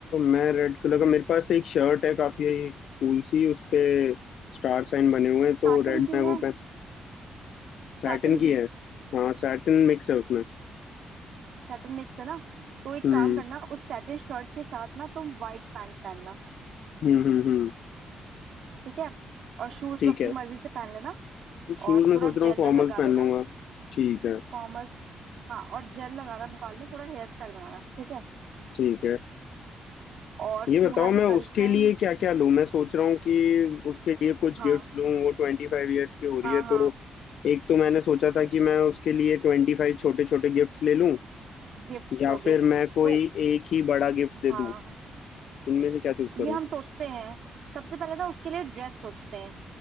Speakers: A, on the left (about 75°); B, on the right (about 70°).
A: मैं रेड कलर का मेरे पास एक शर्ट है काफी कूल सी उस पे स्टार साइन बने हुए हैं तो
B: साटन
A: रेड
B: की
A: में वो
B: है
A: पहन सैटिन
B: साटन
A: की
B: की
A: है हाँ सैटिन मिक्स है उसमें
B: साटन मिक्स है ना तो एक
A: हम्म
B: काम करना उस साटन शर्ट के साथ ना तुम व्हाइट पैंट पहनना
A: हम्म हम्म हम्म,
B: ठीक है और शूज
A: ठीक
B: अपनी
A: है
B: मर्जी से पहन लेना
A: शूज
B: और
A: में
B: थोड़ा
A: सोच रहा
B: जेल
A: हूँ फॉर्मल्स
B: वेल लगा
A: पहन
B: लेना
A: लूंगा ठीक है
B: फॉर्मल हाँ और जेल लगाना बाल में थोड़ा हेयर स्टाइल बनाना ठीक है
A: ठीक है
B: और
A: ये
B: तुम्हारी
A: बताओ मैं
B: गर्लफ्रेंड
A: उसके लिए क्या क्या लूं मैं सोच रहा हूँ कि उसके लिए कुछ
B: हाँ
A: गिफ्ट्स लूं वो ट्वेंटी फाइव ईयर्स की हो रही
B: हाँ
A: है
B: हाँ
A: तो एक तो मैंने सोचा था कि मैं उसके लिए ट्वेंटी फाइव छोटे छोटे गिफ्ट्स ले लूं
B: गिफ्ट्स
A: या
B: लोगे
A: फिर मैं कोई
B: तो
A: एक ही बड़ा गिफ्ट दे
B: हाँ
A: दूं इनमें से क्या चूज
B: ये
A: करूं
B: हम सोचते हैं सबसे पहले ना उसके लिए ड्रेस सोचते हैं